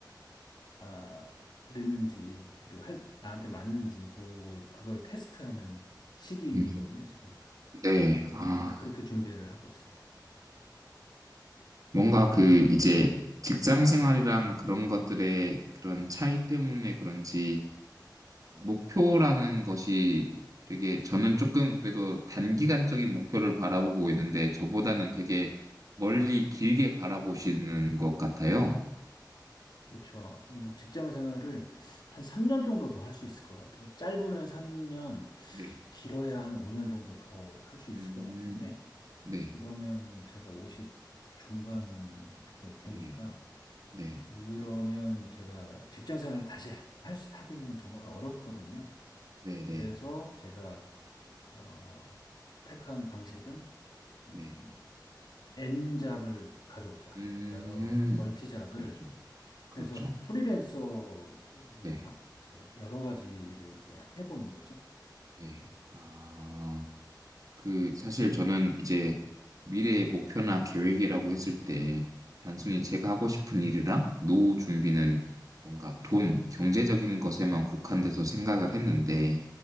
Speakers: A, on the left; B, on the right.
A: 다다르는지 그리고 할, 나한테 맞는지 그, 그걸 테스트하는 시기거든요,
B: 음,
A: 지금.
B: 네.
A: 음,
B: 아,
A: 네, 그렇게 준비를 하고 있어요.
B: 뭔가 그 이제 직장 생활이랑 그런 것들의 그런 차이 때문에 그런지 목표라는 것이 되게 저는 조금 그래도 단기간적인 목표를 바라보고 있는데 저보다는 되게 멀리 길게 바라보시는 것 같아요.
A: 그렇죠. 아무래도 직장 생활을 한 3년 정도 더 할 수 있을 것 같아요. 짧으면 3년,
B: 네.
A: 길어야 한 5년 정도 더 할 수
B: 음,
A: 있을 것 같은데,
B: 네.
A: 그러면 제가 50 중반 이렇게 되니까,
B: 네. 네.
A: 그러면 제가 직장 생활을 다시 할, 수- 하게 되면 정말 어렵거든요.
B: 네. 네.
A: 그래서 제가 어, 택한 방식은 음,
B: 네.
A: N잡을 가져오자.
B: 음,
A: 여러 멀티잡을
B: 그렇죠. 그렇죠.
A: 해서 프리랜서로
B: 네.
A: 하- 이제 여러 가지 일을 이제 해본 거죠.
B: 네.
A: 음,
B: 아, 그, 사실 저는 이제 미래의 목표나 계획이라고 했을 때, 단순히 제가 하고 싶은 일이랑 노후 준비는 뭔가 돈, 경제적인 것에만 국한돼서 생각을 했는데,